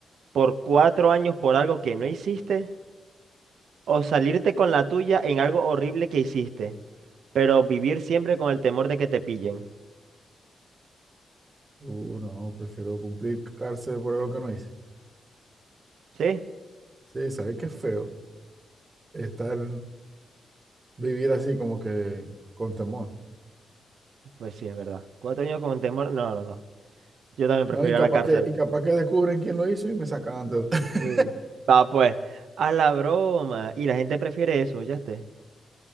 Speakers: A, on the right; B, on the right.
A: por cuatro años por algo que no hiciste? O salirte con la tuya en algo horrible que hiciste, pero vivir siempre con el temor de que te pillen.
B: Uh, no, prefiero cumplir cárcel por algo que no hice.
A: ¿Sí?
B: Sí, sabes que es feo estar, vivir así como que con temor.
A: Pues sí, es verdad. Cuatro años con temor. No, no, no. Yo también prefiero
B: No, y
A: ir
B: capaz
A: a la cárcel.
B: que, y capaz que descubren quién lo hizo y me sacan antes. <laughs>
A: Sí. Va, pues. A la broma. Y la gente prefiere eso, ya esté.